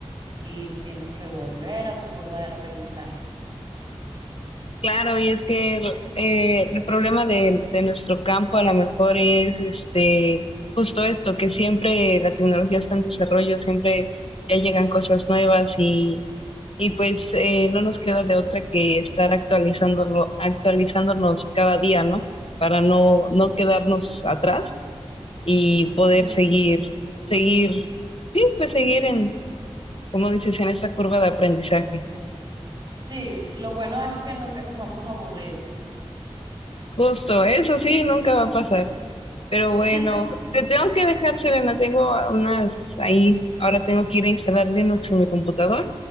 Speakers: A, on the right (about 50°); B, on the left (about 65°).
A: y tienes que volver a tu curva de aprendizaje.
B: Claro, y es que el, eh, el problema de, de nuestro campo a lo mejor es este, justo esto, que siempre la tecnología está en desarrollo, siempre ya llegan cosas nuevas y y pues eh, no nos queda de otra que estar actualizándolo, actualizándonos cada día, ¿no? Para no, no quedarnos atrás y poder
A: Ujú.
B: seguir, seguir, sí, pues seguir en, como dices, en esta curva de aprendizaje.
A: Sí, lo bueno es que nunca nos vamos a aburrir.
B: Justo, eso sí, nunca va a pasar. Pero
A: <laughs>
B: bueno, te tengo que dejar, Selena, tengo a- unas ahí, ahora tengo que ir a instalar Linux en mi computador,